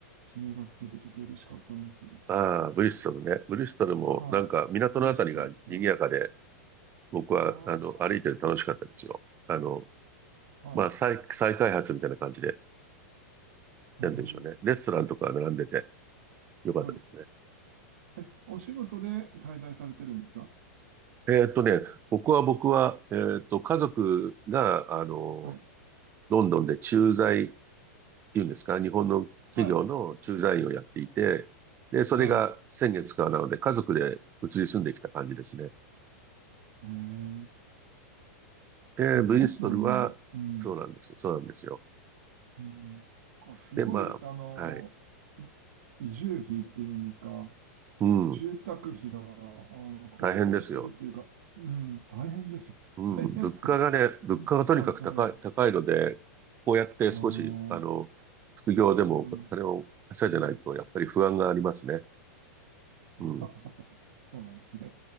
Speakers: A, on the right; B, on the right.
A: 地名が聞けてちょっと嬉しかったんですけど、
B: ああ、ブリストルね。
A: そ
B: ブリストルもなんか港のあたりが賑やかで、
A: はい、ブリストルですね。
B: 僕は、
A: ああ、
B: あの、歩いてて楽しかったですよ。あの、
A: は
B: まあ、再、再開発みたいな感じで、
A: い、
B: なんでしょうね。
A: えー、
B: レストランとか並んでてよかったですね。
A: はい。え、お仕事で滞在されてるんですか
B: えーっとね、僕は僕は、えーっと、家族が、あの、
A: はい、
B: ロンドンで駐在っていうんですか、日本の企業の駐在員をやっていて、
A: はい、
B: で、それが先月からなので、
A: はい。
B: 家族で移り住んできた感じですね。
A: えー、
B: で、
A: えロンドンの、
B: ブリストルは、
A: うん、
B: そうなんです。そうなんですよ。
A: うん、あ、すごい、
B: で、ま
A: あの、
B: あ、はい。
A: 移住費っていうんですか
B: うん、
A: 住宅費が、あの、高騰してるっていうか、
B: 大変ですよ。
A: うん、大変ですよ。<laughs>
B: うん、
A: 大変ですか。
B: 物価がね、物価がとにかく高い、
A: そうですよね。
B: 高いので、こうやって少し、
A: ああ、
B: あの、副業でもお金を稼いでないと、
A: うん、うん。
B: やっぱり不安がありますね。
A: <laughs>
B: う
A: そうなんですね。